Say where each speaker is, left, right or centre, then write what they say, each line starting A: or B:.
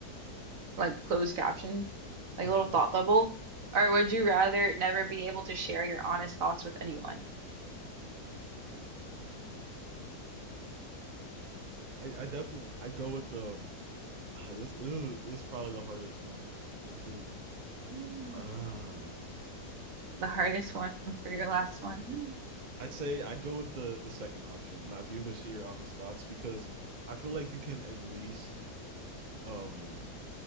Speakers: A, on the right; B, on the right.
A: like closed captions, like
B: hmm
A: a little thought bubble, or would you rather never be able to share your honest thoughts with anyone?
B: I, I definitely, I'd go with um, ah, this, this is, this is probably the hardest one. This is,
A: <gasps>
B: ah.
A: the hardest one for your last one. <gasps>
B: I'd say I'd go with the the second option, not be able to share your honest thoughts because I feel like you can at least um